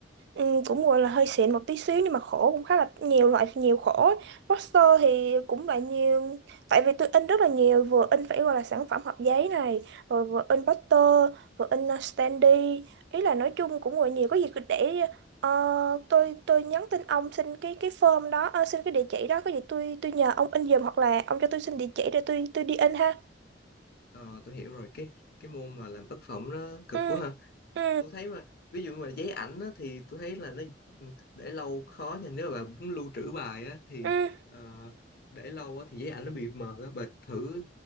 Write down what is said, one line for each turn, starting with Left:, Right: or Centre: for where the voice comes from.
Right: Ừ, cũng gọi là hơi xịn một tí xíu nhưng mà khổ cũng khá là nhiều loại nhiều khổ ấy. poster thì cũng là nhiều tại vì tôi in rất là nhiều vừa in phải gọi là sản phẩm hộp giấy này rồi vừa in poster vừa in uh, standee ý là nói chung cũng gọi nhiều có gì cứ để ờ, tôi tôi nhắn tin ông xin cái cái form đó ờ, xin cái địa chỉ đó có gì tôi tôi nhờ ông in giùm hoặc là ông cho tôi xin địa chỉ để tôi tôi đi in ha
Left: ờ tôi hiểu rồi cái cái môn mà làm tác phẩm nó cực
Right: ừ
Left: quá ha
Right: ừ
Left: tôi thấy mà ví dụ mà giấy ảnh á, thì tôi thấy là nó ừ, để lâu khó nha nếu mà bạn muốn lưu trữ bài á, thì
Right: ừ
Left: ờ, để lâu á, thì giấy ảnh nó bị mờ á bà thử